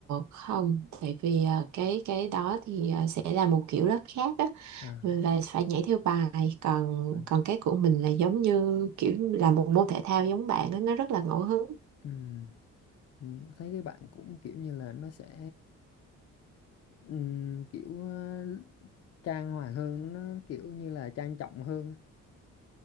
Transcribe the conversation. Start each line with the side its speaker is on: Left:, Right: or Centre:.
Right: không tại vì ờ, cái cái đó thì ờ, sẽ là một kiểu lớp khác á
Left: À,
Right: và phải nhảy theo bài còn
Left: ừ.
Right: còn cái của mình là giống như kiểu là một môn thể thao giống bạn á, nó rất là ngẫu hứng
Left: Ừm, ừm, Thấy cái bạn cũng kiểu như là nó sẽ ừm, kiểu ờ, trang hoàng hơn, nó kiểu như là trang trọng hơn.